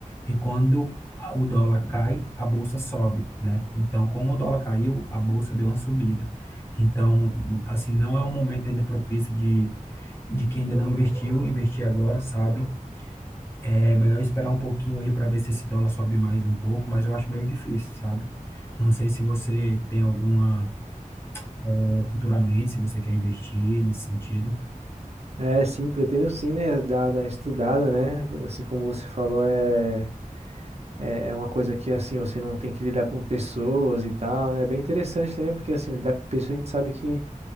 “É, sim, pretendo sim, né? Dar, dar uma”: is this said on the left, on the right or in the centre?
Right